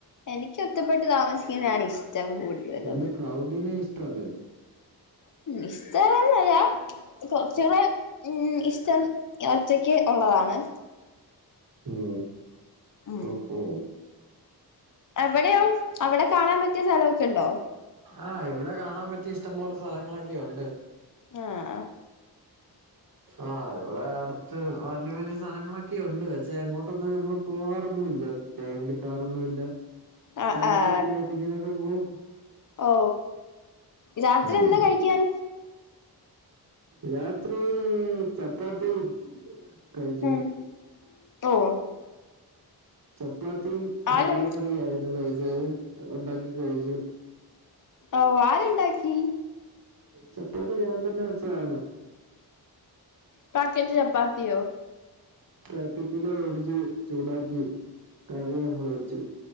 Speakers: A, on the left; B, on the right.
A: എനിക്ക് ഒറ്റപ്പെട്ട് താമസിക്കുന്നാണ് ഇഷ്ടം കൂടുതലും
B: എന്ത ക്രൗഡിനെ ഇഷ്ടമല്ലേ
A: ഇഷ്ടന്നറ കൊറച്ചുകൂടെ ഉ ഷ്ടം ഒറ്റക്ക് ഉള്ളതാണ്
B: ഓ
A: ഉ
B: ഓഹോ
A: എവിടെയാവും അവിടെ കാണാൻ പറ്റിയ സ്ഥലംക്കെ ഉണ്ടോ
B: ആഹ ഇവിടെ കാണാൻ പറ്റി ഇഷ്ടം പോലെ സ്ഥലങ്ങളൊക്കെയ ഉണ്ട്
A: ആഹ്
B: ആഹ് ഇവിടെ അടുത്ത് വലിയ വലിയ സ്ഥലങ്ങളൊക്കെയുണ്ട് പക്ഷെ എങ്ങോട്ടൊന്ന് ഞങ്ങൾ പോവാാറ ടൈം കിട്ടാറൊന്നുംല്ല
A: ആഹ്
B: രക്കൊക്കെ
A: ആഹ് ആഹ്
B: ആയിട്ട് ഇങ്ങനെയൊക്കെ പോകവും
A: ഓ രാത്രി
B: ആഹ്
A: എന്താ കഴിക്കാൻ
B: രാത്രി ചപ്പാത്തി കഴിച്ചു
A: ഉം ഓ
B: ചപ്പാത്തിയും കടലക്കറിയ
A: ആര്
B: ആയിരുന്നു കഴ ഉണ്ടാക്കി കഴിച്ചു
A: ഓ ആരുണ്ടാക്കി
B: ചപ്പാത്തി ഞാൻ തന്നെ വെച്ചതാണ്
A: പാക്കറ്റ് ചപ്പാത്തി
B: പാക്കറ്റില് <inaudible> ചൂടാക്കി കറി നമ്മൾ വെച്ചു